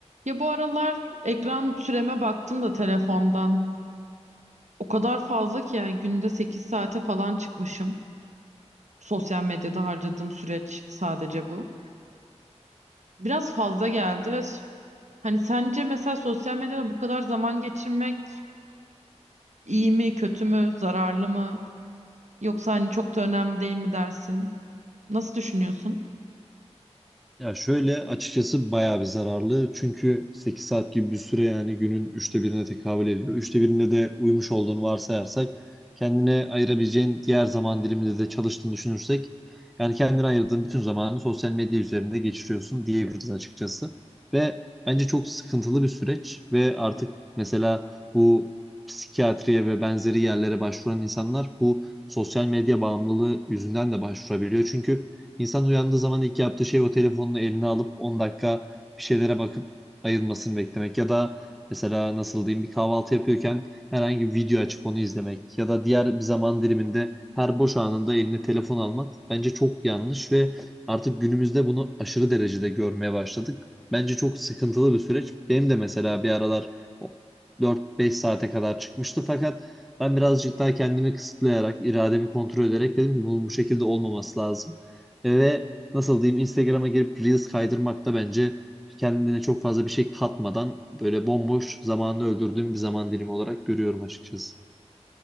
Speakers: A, on the right; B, in the centre.
A: Ya bu aralar ekran süreme baktım da telefondan. O kadar fazla ki yani günde 8 saate falan çıkmışım. Sosyal medyada harcadığım süreç sadece bu. Biraz fazla geldi ve s- hani sence mesela sosyal medyada bu kadar zaman geçirmek iyi mi, kötü mü, zararlı mı? Yoksa hani çok da önemli değil mi dersin? Nasıl düşünüyorsun?
B: Ya şöyle açıkçası bayağı bir zararlı. Çünkü 8 saat gibi bir süre yani günün üçte birine tekabül ediyor. Üçte birinde de uyumuş olduğunu varsayarsak kendine ayırabileceğin diğer zaman diliminde de çalıştığını düşünürsek yani kendine ayırdığın bütün zamanı sosyal medya üzerinde geçiriyorsun diyebiliriz açıkçası. Ve bence çok sıkıntılı bir süreç ve artık mesela bu psikiyatriye ve benzeri yerlere başvuran insanlar bu sosyal medya bağımlılığı yüzünden de başvurabiliyor. Çünkü İnsan uyandığı zaman ilk yaptığı şey o telefonunu eline alıp 10 dakika bir şeylere bakıp ayılmasını beklemek ya da mesela nasıl diyeyim bir kahvaltı yapıyorken herhangi bir video açıp onu izlemek ya da diğer bir zaman diliminde her boş anında eline telefon almak bence çok yanlış ve artık günümüzde bunu aşırı derecede görmeye başladık. Bence çok sıkıntılı bir süreç. Benim de mesela bir aralar o 4-5 saate kadar çıkmıştı fakat ben birazcık daha kendimi kısıtlayarak, irademi kontrol ederek dedim ki bunun bu şekilde olmaması lazım. Ve nasıl diyeyim Instagram'a girip Reels kaydırmak da bence kendine çok fazla bir şey katmadan böyle bomboş zamanını öldürdüğüm bir zaman dilimi olarak görüyorum açıkçası.